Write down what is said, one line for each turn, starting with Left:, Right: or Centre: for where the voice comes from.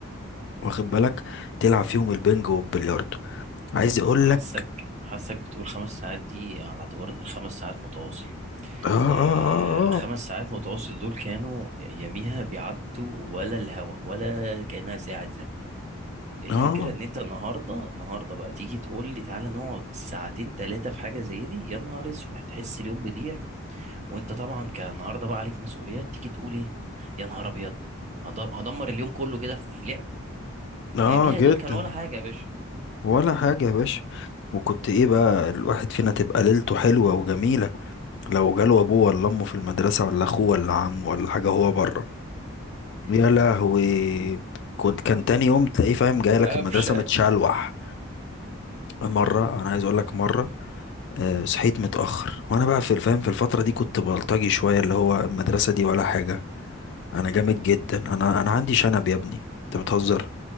Left: واخد بالك تلعب فيهم البنج والبلياردو عايز
Right: م-
Left: أقولك
Right: حاسك حاسك بتقول خمس ساعات دي على اعتبار ان الخمس ساعات متواصل
Left: آه آه
Right: آه خمس
Left: آه
Right: ساعات متواصل دول كانوا يميها بيعدوا ولا الهوا ولا كأنها ساعة الفكرة
Left: آه آه
Right: ان انت النهاردة النهاردة بقى تيجي تقول لي تعالى نقعد ساعتين تلاتة في حاجة زي دي يا نهار اسود تحس اليوم بيضيع وانت طبعا كنهاردة بقى عليك مسؤوليات تيجي تقول ايه يا نهار ابيض هدم- هدمر اليوم كله كده في لعب
Left: آه، آه،
Right: اياميها
Left: جدا
Right: دول كان ولا حاجة يا باشا
Left: ولا حاجة يا باشا وكنت ايه بقى الواحد فينا تبقى ليلته حلوة وجميلة لو جاله ابوه ولا امه في المدرسة ولا اخوه ولا عمه ولا حاجة هو بره
Right: مم.
Left: يا لهوي كنت كان تاني يوم تلاقيه فاهم جاي لك
Right: قفشة
Left: المدرسة متشلوح مرة انا عايز اقول لك مرة آه، صحيت متأخر وانا بقى في الفهم في الفترة دي كنت بلطجي شوية اللي هو المدرسة دي ولا حاجة انا
Right: مم.
Left: جامد جدا انا انا عندي شنب يا ابني انت بتهزر